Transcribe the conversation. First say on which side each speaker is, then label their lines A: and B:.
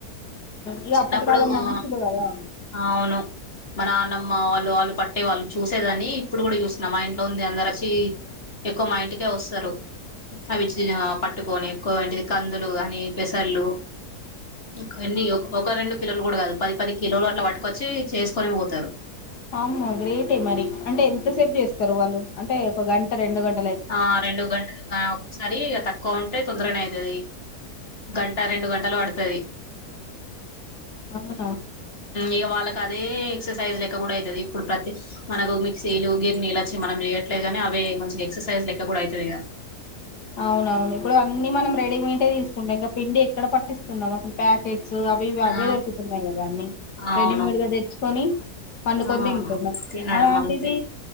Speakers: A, on the left (about 85°); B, on the left (about 35°).
A: ఇగ
B: చిన్నప్పుడు
A: అప్పటికాలం
B: ఆ
A: మనుషులు కదా
B: అవును మన నానమ్మ వాళ్లులు పట్టే వాళ్ళు చూసేదాన్ని ఇప్పుడు కూడా చూస్తున్నా మా ఇంట్లో ఉంది అందరు వచ్చి ఎక్కువ మా ఇంట్కి వస్తారు అవి పట్టుకొని ఎక్కువ ఏంటిది కందులు అని పెసర్లు ఒకన్ని ఒక ఒక రెండు కిలోలు కూడా కాదు పది పది కిలోలు అట్లా పటుకొచ్చి చేసుకొని వోతారు
A: అమ గ్రేటే మరి అంటే ఎంత సేపు చేస్తారు వాళ్ళు అంటే ఒక గంట రెండు గంట
B: ఆ రెండు గంట ఒకసారి తక్కువ ఉంటే తొందరనే అయితది గంట రెండు గంటలు పడుతది
A: అవునా
B: ఇక వాళ్ళకి అదే ఎక్సర్సైజ్ లెక్క కూడా అయితది ఇప్పుడు ప్రతి మనకు మిక్సీలు గిర్నీల వచి మనం చేయట్లేగానీ అవి మంచి ఎక్సర్సైజ్ లెక్క కూడా అయితది ఇక
A: అవునవును ఇప్పుడు అన్నీ మనం రెడీమేట్ తీసుకుంటాం ఇంకా పిండి ఎక్కడ పట్టిస్తున్నాం అసలు ప్యాకెట్ స్ అవి ఇవి అవే
B: ఆ
A: దొరుకుతున్నాయి కదా అన్నీ
B: అవును
A: రెడీమేడ్ గా తెచ్చుకొని పండుకొని
B: ఆ
A: తింటున్నాం
B: తినడం
A: అలాంటిది
B: అంతే